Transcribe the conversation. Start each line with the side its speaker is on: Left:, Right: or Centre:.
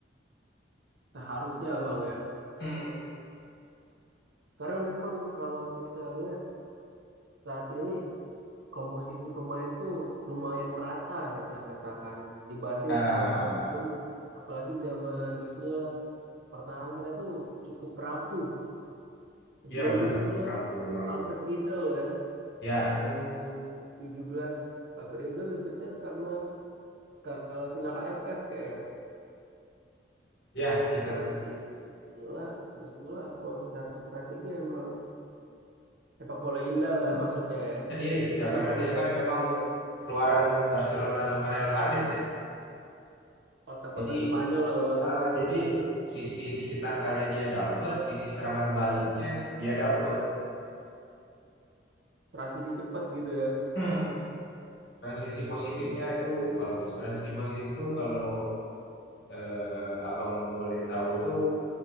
Right: Seharusnya bang ya,
Left: Hmm.
Right: karena memang kalau kita lihat saat ini komposisi pemain tuh lumayan merata kita katakan dibanding
Left: Ah,
Right: tahun-tahun sebelum, apalagi zaman Luis Milla. Pertahanan kita tuh cukup rapuh. Sebelum
Left: Iya benar,
Right: Luis Milla
Left: rapuh,
Right: itu
Left: rapuh.
Right: Alfred Riedel ya,
Left: Ya,
Right: dua ribu tujuh belas Alfred Riedel dipecat karena Kalau final AFF kayak
Left: ya kita
Right: diganti Wismila, Wismila kalau secara strategi emang sepak bola indah lah <laughs> maksudnya ya.
Left: dia indah
Right: Namun
Left: karena
Right: pemain
Left: dia kan memang
Right: aja yang
Left: keluaran Barcelona sama Real Madrid ya.
Right: otak-otak
Left: Jadi
Right: Spanyol lah bang.
Left: Heeh, jadi sisi tiki takanya dia dapet, sisi serangan baliknya dia dapet.
Right: Transisi cepat gitu ya.
Left: Hmm, transisi positifnya itu bagus. Transisi positif tuh kalau eh, abang boleh tahu tuh